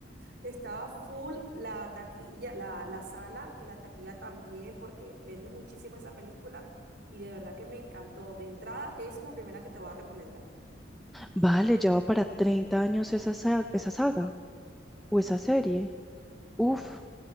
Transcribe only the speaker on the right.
Estaba full la taquilla, la, la sala y la taquilla también, porque vende muchísimo esa película y de verdad que me encantó. De entrada, esa es la primera que te voy a recomendar.